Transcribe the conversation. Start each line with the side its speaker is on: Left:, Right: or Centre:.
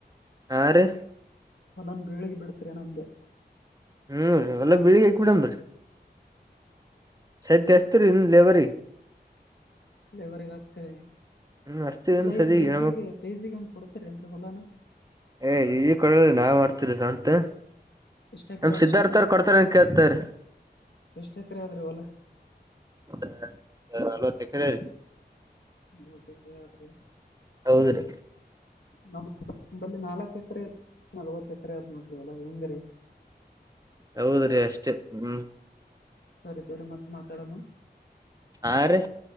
Right: ಹ ರಿ
Left: ಪಲಾನ್ ಬಿಳಿಗ್ ಬಿಡ್ತರಿ ನಂದೆ.
Right: ಹ್ಮ ಹೊಲ ಬೆಳ್ಗಿ ಕುಡನ್ರಿ. ಸೆತ್ಯಸ್ತ್ರರಿನ್ ಲೇವರಿ.
Left: ಲೇವರ್ಗ ಹಾಕ್ತಾರೆ.
Right: ಹ್ಮ್ ಅಸ್ತಿ
Left: ಅಲಾ
Right: ಸದಿ
Left: ಏನ್ ಲೇಸಿಗೆ
Right: ಹೆಣ್ಮಕ್
Left: ಲೇಜಿಗ್ ಏನ್ ಕೊಡ್ತಾರ್ ಏನ್ರೀ ಹೊಲಾನ.
Right: ಏ ಇ ಕೊಳನೆ ನಾವ್ ಆಡ್ತಿರಿ ಸಂತ.
Left: ಎಷ್ಟ್ ಎಕರೆ
Right: ನಮ್
Left: ಆದ್ರಿ
Right: ಸಿದ್ಧಾರ್ಥ
Left: ಹೊಲ
Right: ಅವ್ರ ಕೊಡ್ತಾರನ್ ಕೇಳ್ತಾರ್.
Left: ಎಷ್ಟ್ ಎಕರೆ ಆದ್ರಿ ಹೊಲ
Right: ಅ ಅ ನಲ್ವತ್ ಎಕ್ರೆ ರಿ.
Left: ಗೊತ್ತಿತು ಆದ್ರಿ.
Right: ಹೌದ್ರಿ
Left: ನಮ್ಮ ಮ್. ನಂಬಲಿ ನಾಲ್ಕ ಎಕ್ರೆ ಇ ನಲ್ವತ್ ಎಕ್ರಿ ಆತ್ ನೋಡ್ರಿ ವಲ ಹೆಂಗ್ರಿ.
Right: ಹೌದ್ರೀ ಅಷ್ಟೇ ಹ್ಮ್.
Left: ಸರಿ ತೋಗೊರಿ ಮತ್ ಮಾತಾಡಮ್ಮ.
Right: ಆ ರಿ